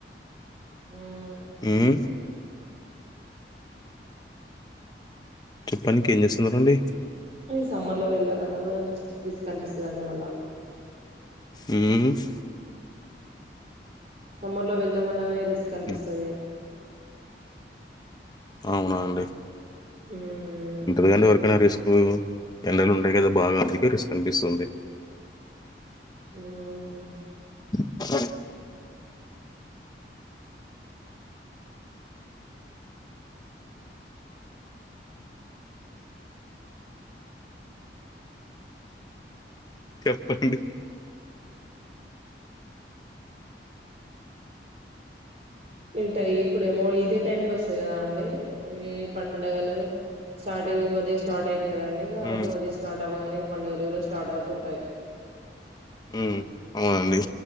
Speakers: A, on the right; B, on the left.
A: ఉమ్
B: ఉమ్ చెప్పనికి ఏం చేస్తునారండి
A: ఈ సమ్మర్ లో వెళ్ళాలన్న కూడా, రిస్క్ అనిపిసదండి మళ్ళా.
B: ఉమ్
A: సమ్మర్ లో వెళ్దామన్నగాని రిస్క్ అనిపిస్తది.
B: హ్మ్. అవునా అండి
A: ఉమ్
B: ఇంక వేడంటే ఎవరికైనా రిస్క్ ఉ ఎండలు ఉంటయి కదా బాగా అందుకే రిస్క్ అనిపిస్తుంది.
A: ఉమ్
B: <inaudible> చెప్పండి
A: ఇట ఇప్పుడేమో ఇదే టైమ్ లో వస్తాయి కదా అండి ఈ పండగలు. స్టార్ట్ ఉ అదే స్టార్ట్ అయ్యింది కదా అండి ఇగ
B: హ్మ్
A: ఉగాది స్టార్ట్ అవ్వగానే, ఇగ పండుగలు కూడా స్టార్ట్ అవుతుంటాయి.
B: ఉ అవునండి